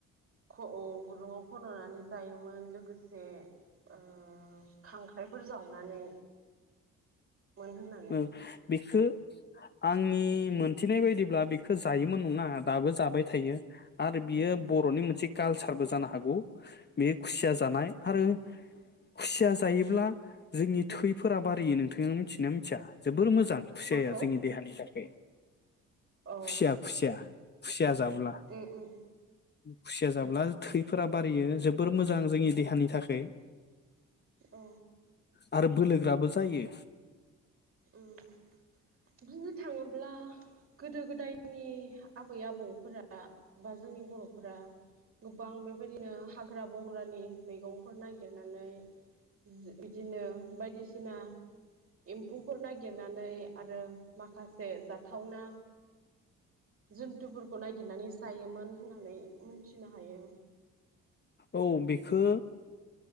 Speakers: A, on the right; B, on the left.
A: गु गुदुङाव खन'नानै जायोमोन लोगोसे ओ खांख्राइफोर जावनानै मोन होननानै
B: ओं बेखो आंनि मोनथिनाय बायदिब्ला बेखौ जायोमोन नङा दाबो जाबाय थायो आरो बियो बर'नि मोनसे कालसारबो जानो हागौ बेयो खुसिया जानाय आरो खुसिया जायोब्ला जोंनि थैफोरा बारियो नोंथाङा मिथि ना मोनथिया जोबोद जोबोर मोजां खुसियाया
A: माखौ?
B: जोंनि देहानि थाखाय
A: औ
B: खुसिया खुसिया खुसिया जाब्ला।
A: उम उम
B: खुसिया जाब्ला थैफोरा बारायो जोबोर मोजां जोंनि देहानि थाखै
A: औ
B: <inaudible> आरो बोलो गोराबो जायो।
A: उम बुंनो थाङोब्ला ब्ला गोदो गोदाय जोंनि आबै आबौफोरा बा जोंनि बर'फोरा गोबां बेबायदिनो हाग्रा बंग्रानि मैगंफोर नागिरनानै बि बिदिनो बायदिसिना एम एम्फौफोर नागिरनानै आरो माखासे जाथावना जुन्थुफोरखौ नागिरनानै जायोमोन होननानै मिथिनो हायो।
B: औ बेखो